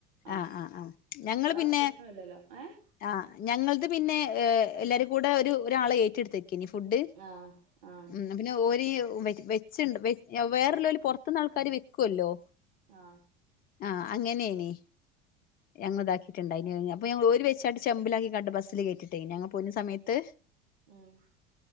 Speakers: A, on the right; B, on the left.
A: ആഹ്
B: ആ ആ ഞങ്ങൾ
A: അതാവുമ്പം
B: പിന്നെ
A: പ്രശ്നമില്ലല്ലോ ഏഹ്
B: ആ ഞങ്ങൾത് പിന്നെ എല്ലാരും കൂടെ ഒരു ഒരാളെ ഏറ്റടത്തിന് ക്കിനി ഫുഡ്‌
A: ആഹ് ആഹ്
B: ഉം ന്നാ ഓര് വെറ്റ് വെച്ച് ഇണ്ട് വെച് വേറെല്ലോൽ പുറത്തിന്ന് ആൾക്കാര് വെക്കൊല്ലോ
A: ആ
B: ആ അങ്ങനെനി ഞങ്ങൾത് ആക്കിട്ട് ഇണ്ടായിനിഅപ്പൊ ഞാൻ ഓര് വെച്ചാണ്ട് ചെമ്പിലാക്കിക്കാൻണ്ട് ബസ്ൽ കയറ്റിട്ട് ഞങ്ങൾ പോയിനെ സമയത്ത്
A: ഉം